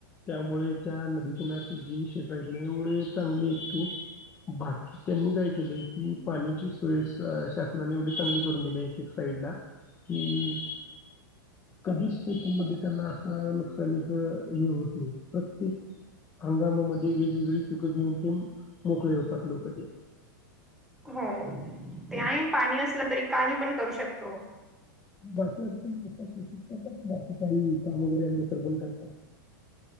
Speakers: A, on the left (about 20°); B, in the centre.
A: त्यामुळे त्या नदी किनारची जी शेतयत ना एवढे चांगले यत की भाकी त्यांनी काय केले की पाण्याची सोय शासनाने एवढी चांगली करून दिली एक एक साईड ला कि कधीच शेतीमध्ये त्यांना आस नु नुकसानीच हे होत नाही प्रत्येक हंगामा मध्ये वेगवेेगळी पिकं घेऊन ते मोकळे होता त लोक ते.
B: हो ते आहे पाणी असलं तरी काही पण करू शकतो.
A: बाकी आता तुम्ही शेतीच करता की बाकी काही काम वगैरे अडलीस पण करता?